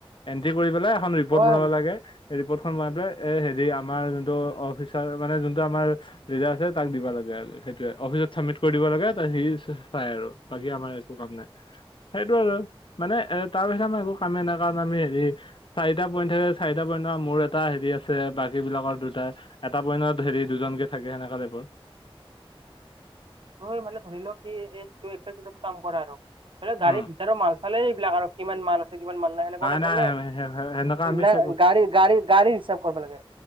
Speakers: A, on the left; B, on the right.
A: এণ্ট্ৰি কৰি পেলাই এখন ৰিপৰ্ট
B: হয়
A: বনাব লাগে সেই ৰিপৰ্টখন বনাই পেলাই এ হেৰি আমাৰ যোনটো অফিচাৰ মানে যোনটো আমাৰ লিডাৰ আছে তাক দিবা লাগে আৰু। সেইটোৱে অফিচত চাবমিট কৰি দিব লাগে সি চাই আৰু বাকী আমাৰ একো কাম নাই। সেইটো আৰু মানে এ তাৰ বিছত আমি একো কামে নাই কাৰণ আমি হেৰি,, চাৰিটা পইণ্ট থাকে চাৰিটা পইণ্ট ন মোৰ এটা হেৰি আছে। দূৰে বাকী বিলাকৰ দুটা এটা পইণ্টত হেৰি দুজনকে থাকে সেনেককা টাইপৰ।
B: হৈ মানে এই ধৰি লক এই এচ তোৰচাৰ কেইতাত কাম কৰে আৰু মানে গাড়ীৰ
A: উম
B: ভিতৰ মাল চালে এইবলাক আৰু কিমান মাল আছে কিমান মাল নাই সেনেকুৱা তাইপৰ
A: নাই
B: নে?
A: সেনেকা আমি
B: না
A: চেক
B: গাড়ী গাড়ী গাড়ী হিচাপ কৰিব লাগে।